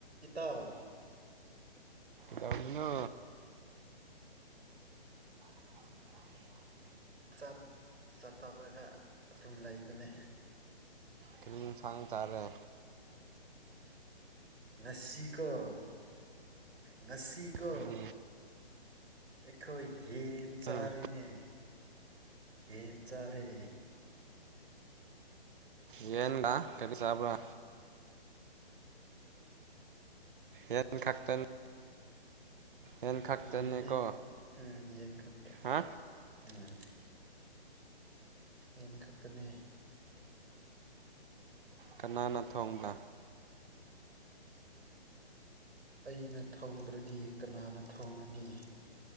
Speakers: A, on the right (about 85°); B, on the right (about 55°).
A: ꯏꯇꯥ
B: ꯀꯥꯏꯗꯩꯔꯤꯅꯣ <unintelligible>
A: ꯆꯠ ꯆꯠꯇꯔꯒ ꯑꯗꯨꯝ ꯂꯩꯕꯅꯦ
B: ꯀꯔꯤ ꯍꯦꯟꯁꯥꯡ ꯆꯥꯔꯦ
A: ꯉꯁꯤꯀꯣ ꯉꯁꯤꯀꯣ
B: ꯎꯝ
A: ꯑꯩꯈꯣꯏ ꯌꯦꯟ ꯆꯥꯔꯤꯅꯦ
B: ꯎꯝ
A: ꯌꯦꯟ ꯆꯥꯔꯦ
B: ꯌꯦꯟꯗꯥ ꯀꯔꯤ ꯆꯥꯕꯔꯥ ꯌꯦ ꯈꯥꯛꯇꯅꯤ ꯑꯦꯟꯈꯛꯇꯅꯤꯀꯣ
A: ꯌꯦꯟꯅꯦ ꯎꯝ ꯌꯦꯟ ꯈꯛꯇ
B: ꯍꯥ
A: ꯎꯝ ꯌꯦꯟ ꯈꯛꯇꯅꯦ
B: ꯀꯅꯥꯅ ꯊꯣꯡꯕ
A: ꯑꯩꯅ ꯊꯣꯡꯗ꯭ꯔꯗꯤ ꯀꯅꯥꯅ ꯊꯣꯡꯒꯅꯤ